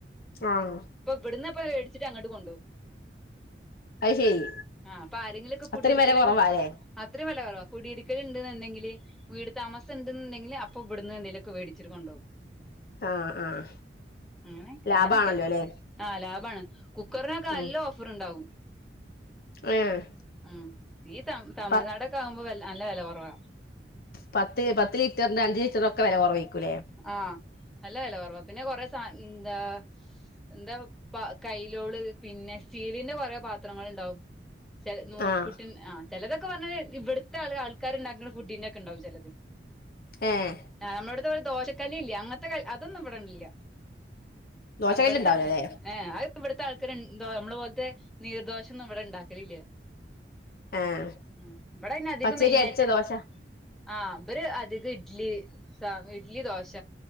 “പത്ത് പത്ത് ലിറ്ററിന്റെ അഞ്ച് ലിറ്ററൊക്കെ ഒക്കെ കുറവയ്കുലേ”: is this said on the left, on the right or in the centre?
Left